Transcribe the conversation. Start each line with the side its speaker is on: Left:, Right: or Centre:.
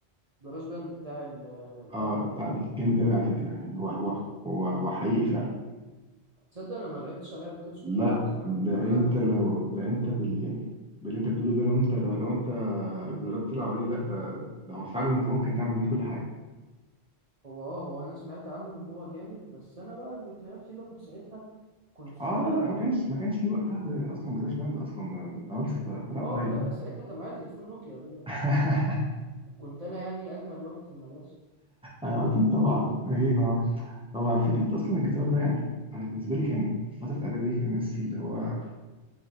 Right: جراج باند بتاع ال- الابل
Centre: آه بتاع
Right: اه
Centre: جامد أوي على فكرة يعني هو هو هو هو حقيقي فعلا
Right: تصدق انا ما لعبتش على لعبه كده بس
Centre: لا
Right: كنت بلعب زمان
Centre: ده
Right: على
Centre: انت
Right: اللابتوب
Centre: لو
Right: بقى
Centre: ده انت بال يعني باللي انت بتقوله ده لو انت لو, لو انت جربت تلعب عليه لا ده ده هو فعلا انت ممكن تعمل بيه كل حاجه
Right: هو اه هو انا سمعت عنه ان هو جامد بس انا بقى اللي بكلمك فيه ده كنت ساعتها كنت
Centre: اه
Right: صغير
Centre: لا لا ما
Right: قوي.
Centre: كانش ما كانش في وقتها جر- اصلا جراج باند اصلا ده ده هو لسه طلع
Right: اه
Centre: قريب
Right: لا لا
Centre: يعني
Right: ساعتها كان معايا تليفون نوكيا ده.
Centre: <laughs>
Right: وكنت انا يعني اجمد واحد في المدرسه
Centre: آه اكيد طبعا اكيد آه. هو فكره اصلا الجيتار ده يعني انا بالنسبه لي كان في فتره اعدادي دي كان نفسي اللي هو